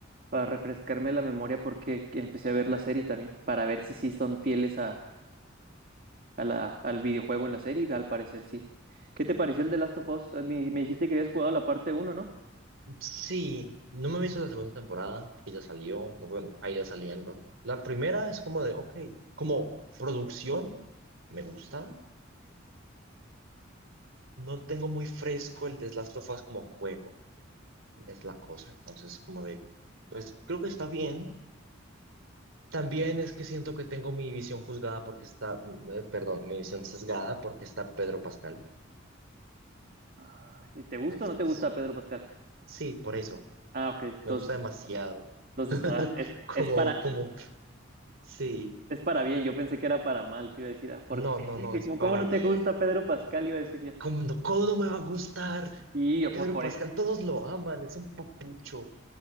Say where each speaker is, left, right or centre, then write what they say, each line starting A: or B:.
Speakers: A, on the right; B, on the right.
A: para refrescarme la memoria porque empecé a ver la serie también, para ver si sí son fieles a a la- al videojuego en la serie, y al parecer sí. ¿Qué te pareció el de Last of Us? Me, me dijiste que habías jugado la parte uno ¿no?
B: Sí, no me he visto la segunda temporada, que ya salió, no, bueno, ahí ya saliendo. La primera es como de, ok, como producción, me gusta. No tengo muy fresco el de Last of Us como juego, es la cosa. Entonces, como de, pues creo que está bien, También es que siento que tengo mi visión juzgada porque está, mm, eh, perdón, mi visión sesgada porque está Pedro Pascal.
A: Ah, ¿y te
B: Entonces,
A: gusta o no te gusta Pedro Pascal?
B: sí, por eso.
A: Ah, ok, entonces,
B: Me gusta demasiado.
A: entonces
B: <laughs>
A: está, es,
B: Como,
A: es para,
B: como, sí.
A: es para bien, yo pensé que era para mal, te iba a decir, ah, ¿por
B: No,
A: qué?
B: no,
A: Dije,
B: no, es
A: ¿cómo,
B: para
A: cómo no
B: bien.
A: te gusta Pedro Pascal? Iba a decir ya.
B: ¿Cómo, no- cómo no me va a gustar?
A: Y yo,
B: Pedro
A: pues por
B: Pascal,
A: eso.
B: todos lo aman, es un papucho.